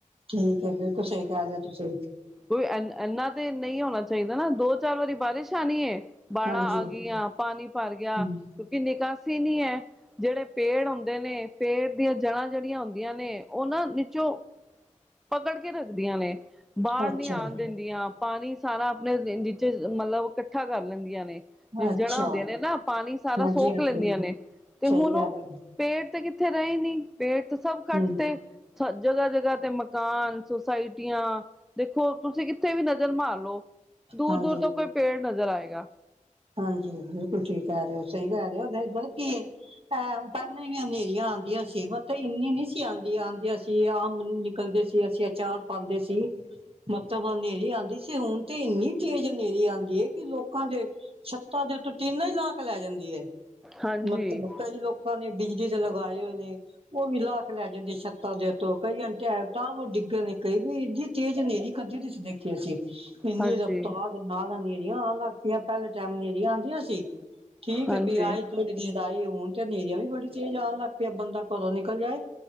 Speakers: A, on the right; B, in the centre.
A: ਠੀਕ ਏ ਬਿਲਕੁਲ ਸਈ ਕੈ ਰੇ ਓ ਤੁਸੀ।
B: ਕੋਈ ਐਨ ਐਨਾ ਤੇ ਨਈ ਹੋਣਾ ਚਾਈਦਾ ਨਾ ਦੋ-ਚਾਰ ਵਾਰੀ ਬਾਰਿਸ਼ ਆਨੀ ਏ ਬਾੜਾ
A: ਹਾਂਜੀ
B: ਆ ਗਈਆਂ, ਪਾਨੀ ਪਾਰ ਗਯਾ
A: ਹਮ
B: ਕਯੂਕਿ ਨਿਕਾਸੀ ਨੀ ਐ। ਜੜੇ ਪੇੜ ਓਂਦੇ ਨੇ, ਪੇੜ ਦੀਆਂ ਜੜਾ ਜੜੀਆਂ ਓਂਦੀਆਂ ਨੇ ਓ ਨਾ ਨੀਚੋਂ ਪਕੜ ਕੇ ਰੱਖਦੀਆਂ ਨੇ, ਬਾੜ
A: ਅੱਛਾ
B: ਨੀ ਆਨ ਦੇਨ ਦੀਆਂ ਪਾਨੀ ਸਾਰਾ ਅਪਨੇ ਨੀਚੇ ਮਲਬ ਕੱਠਾ ਕਾਰ ਲੈਂਦੀਆਂ ਨੇ। ਜੜੀ
A: ਅੱਛਾ
B: ਜੜਾਂ ਓਂਦੀਆਂ ਨੇ ਨਾ ਪਾਨੀ ਸਾਰਾ
A: ਹਾਂਜੀ
B: ਸੋਕ
A: ਹਾਂਜੀ
B: ਲੈਂਦੀਆਂ ਨੇ, ਤੇ
A: ਸਹੀ
B: ਹੁਨ
A: ਕਹਿ
B: ਓ
A: ਰਹੇ
B: ਪੇੜ ਤੇ ਕਿੱਥੇ ਰਏ ਨੀ, ਪੇੜ ਤੇ ਸੱਬ ਕਾੱਟ
A: ਹੋ ਹਮ
B: ਤੇ ਸ ਜਗਾ- ਜਗਾ ਤੇ ਮ ਦੁਕਾਨ, ਸੋਸਾਇਟੀਆਂ ਦੇਖੋ ਤੁਸੀ ਕਿੱਥੇ ਵੀ ਨਜ਼ਰ ਮਾਰ ਲਓ ਦੂਰ-ਦੂਰ
A: ਹਾਂਜੀ
B: ਤੋ ਕੋਈ ਪੇੜ ਨਜਰ ਆਏਗਾ।
A: ਹਾਂਜੀ ਬਿਲਕੁਲ ਠੀਕ ਕੈ ਰਏ ਓ ਸਈ ਕੈ ਰਏ ਓ <unintelligible> ਪਤਾ ਕੀ ਏ, ਅ ਪੈਲੇ ਵੀ ਹਨੇਰੀਆਂ ਆਂਦੀਆਂ ਸੀ ਪਤਾ ਇੰਨੀ ਨੀ ਸੀ ਆਂਦੀਆਂ, ਆਂਦੀਆਂ ਸੀ ਆਮ ਨਿਕਲਦੇ ਸੀ ਅਸੀ ਅਚਾਰ ਪਾਂਦੇ ਸੀ, ਮਤੱਬ ਅਨੇਰੀ ਆਂਦੀ ਸੀ ਹੁਨ ਤੇ ਇੰਨੀ ਤੇਜ਼ ਹਨੇਰੀ ਆਂਦੀ ਏ ਕਿ ਲੋਕਾਂ ਦੇ ਛੱਤਾ ਦੇ ਉਤੋ ਟੀਨਾ ਈ ਲਾਕੇ ਲੈ ਜਾਂਦੀ ਏ।
B: ਹਾਂਜੀ
A: ਮਤਬ ਕਈ ਲੋਕ ਲੋਕਾਂ ਨੇ ਬਿਜਲੀ ਦੇ ਲਗਾਏ ਓਏ ਨੇ ਓਵੀ ਲਾ ਕੇ ਲੈ ਜਾਂਦੇ ਛੱਤਾਂ ਦੇ ਉਤੋਂ ਕਈਆਂ ਦੇ ਤਾਂ ਓ ਡਿੱਗਨ ਨੀ ਕਈ ਦੀ ਇਡੀ ਤੇਜ਼ ਹਨੇਰੀ ਕਦੀ ਨੀ ਸੀ ਦੇਖੀ ਅਸੀ, ਇੰਨੀ
B: ਹਾਂਜੀ
A: ਰਫਤਾਰ ਤੇ ਨਾਲ ਹਨੇਰੀਆਂ ਆਨ ਲਾੱਗ ਪਈਆਂ ਪੈਲੇ ਟੈਮ ਹਨੇਰੀਆਂ ਆਂਦੀਆਂ ਸੀ, ਠੀਕ
B: ਹਾਂਜੀ
A: ਬੀ ਆਈ ਥੋੜੀ ਦੇਰ ਆਈ ਹੋਨ ਤੇ ਹਨੇਰੀਆਂ ਵੀ ਤੇਜ਼ ਆਨ ਲਾੱਗ ਪਈਐ, ਬੰਦਾ ਘਰੋ ਨਿਕਲ ਜਾਏ